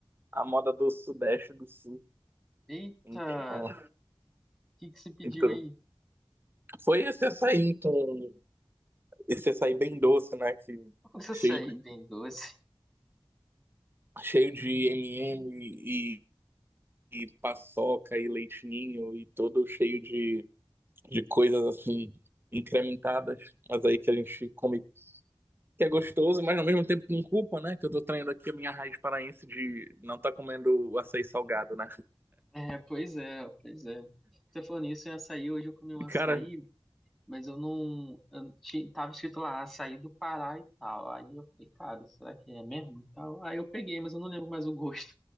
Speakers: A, on the right (about 25°); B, in the centre.
A: à moda do Sudeste do Sul?
B: Eita,
A: Então,
B: o que que você pediu
A: então
B: aí?
A: foi esse açaí, então, esse açaí bem doce, né, que
B: <laughs> Um
A: cheio,
B: açaí bem doce.
A: cheio de M&M e paçoca e leitinho e todo cheio de, de coisas assim incrementadas, mas aí que a gente come que é gostoso, mas ao mesmo tempo com culpa, né? Que eu tô traindo aqui a minha raiz paraense de não tá comendo açaí salgado, né?
B: É, pois é, pois é. Você falou nisso em açaí, hoje eu comi um
A: E,
B: açaí,
A: Cara,
B: mas eu não. Eu ti- tava escrito lá, açaí do Pará e tal. Aí eu falei, cara, será que é mesmo? E tal. Aí eu peguei, mas eu não lembro mais o gosto,